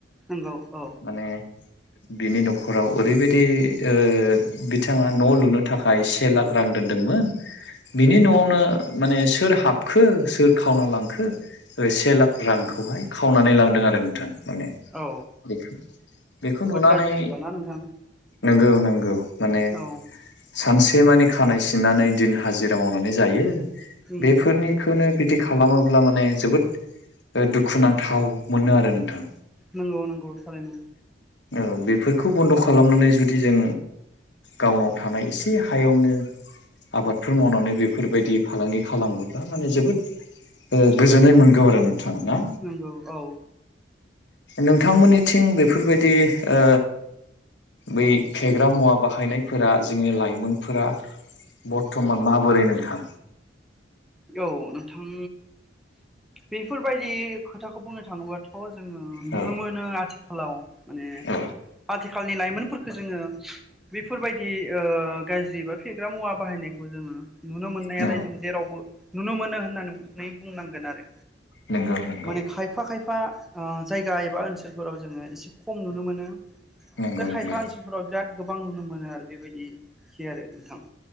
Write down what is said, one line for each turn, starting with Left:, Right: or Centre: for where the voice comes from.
Centre: नंगौ औ।
Left: माने बिनि न'खराव ओरैबायदि ओ बिथाङा न' लुनो थाखाय से लाख रां दोनदोंमोन बिनि न'आवनो माने सोर हाबखो सोर खावना लांखो ओ से लाख रांखौहाय खावनानै लांदों आरो नोंथां माने
Centre: औ
Left: बेखौ बेखौ
Centre: जोबोद
Left: नुनानै
Centre: गाज्रि होनबा ना नोंथां
Left: नंगौ नंगौ माने
Centre: औ
Left: सानसे मानि खानाय सिननानै दिन हाजिरा मावनानै जायो
Centre: उम
Left: बेफोरनि खौनो बिदि खालामोब्ला माने जोबोद दुखुनांथाव मोनो आरो नोंथां!
Centre: नंगौ नंगौ थारैनो
Left: औ बेफोरखौ बन्द' खालामनानै जुदि जों गावनाव थानाय एसे हायावनो आबादफोर मावनानै बेफोरबायदि फालांगि खालामोब्ला माने जोबोद ओ गोजोननाय मोनगौ आरो नों थां ना
Centre: नंगौ औ
Left: नोंथांमोननिथिं बे फोरबायदि ओ बै फेग्रा मुवा बाहायनायफोरा जोंनि लाइमोनफोरा बर्थ'मान माबोरै नोंथा?
Centre: औ नोंथां बेफोरबायदि खोथाखौ बुंनो थाङोबाथ' जोङो नुनो
Left: औ
Centre: मोनो आथिखालाव माने
Left: औ
Centre: आथिखालनि लाइमोनफोरफोरखौ जोङो बेफोरबायदि ओ गाज्रि बा फेग्रा मुवा बाहायनायखौ जोङो नुनो मोननायालाय
Left: औ
Centre: जों जेरावबो नुनो मोनो होननानै बुंनांगोन आरो
Left: नंगौ नंगौ
Centre: माने खायफा खायफा जायगा एबा ओनसोलफोराव जोङो एसे खम नुनो मोनो
Left: नंगौ
Centre: दा
Left: नंगौ
Centre: खायफा ओसिफोराव बिराद गोबां नुनो मोनो आरो बेबायदि खि आरो नोंथां।